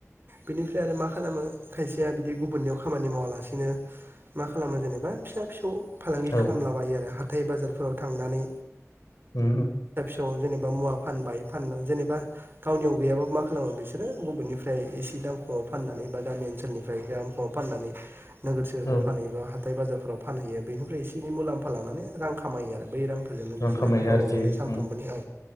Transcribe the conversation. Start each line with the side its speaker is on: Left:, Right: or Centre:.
Right: बिनिफ्राय आरो मा खालामो खायसेया बिदि गुबुननियाव खामानि मावालासिनो मा खालामो जेनेबा फिसा फिसौ फालांगि
Left: औ
Right: खालामलाबायो आरो हा थाइ बाजारफोराव थांनानै
Left: उम उम
Right: औ जेनेबा मुवा फानबाय फान जेनेबा गावनियाव गैयाबा मा खालामो बिसोर बिसोरो गुबुननिफ्राय एसे दाम खमाव फाननानै बा गामि ओनसोलनिफ्राय खमाव फाननानै नोगोर
Left: औ-औ-औ
Right: फानहै बा ह थाय बाजारफोराव फानहैयो बेनिफ्राय एसे एनै मुलाम्फा लानानै रां खामायो खामायो आरो बै रांफोरजोंनो
Left: रां
Right: बिसोरो
Left: खामायो
Right: गावबा
Left: आरजियो
Right: गावनि सानफ्रोमबोनि
Left: उम
Right: औ